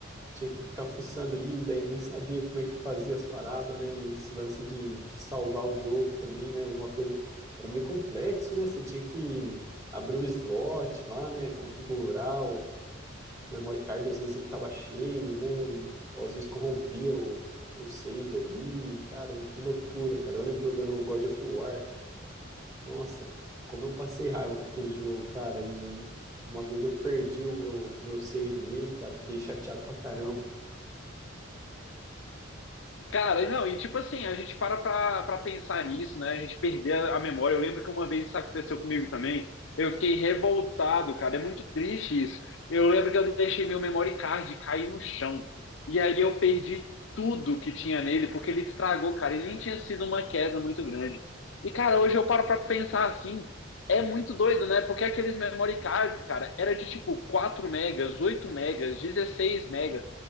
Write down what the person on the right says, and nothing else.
Tinha que ficar fuçando ali, daí nem sabia como é que fazia as paradas, né? E esse lance de, de salvar o jogo também, né? Uma coisa era meio complexo, né? Você tinha que abrir um slot lá, né? Configurar o memory card, às vezes ele tava cheio, né? E ou às vezes corrompia o, o save ali. Cara, que loucura, cara. Eu lembro jogando o God of War. Nossa, como eu passei raiva com aquele jogo, cara. E uma vez eu perdi o meu, meu save nele, cara. Fiquei chateado pra caramba.